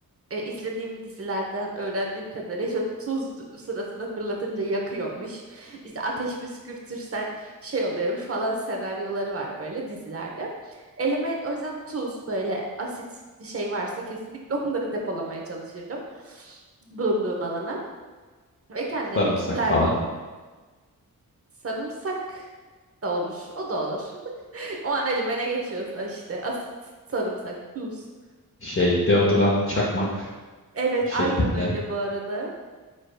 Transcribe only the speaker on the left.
Sarımsak
falan.
Şey deodorant çakmak
şeklinde.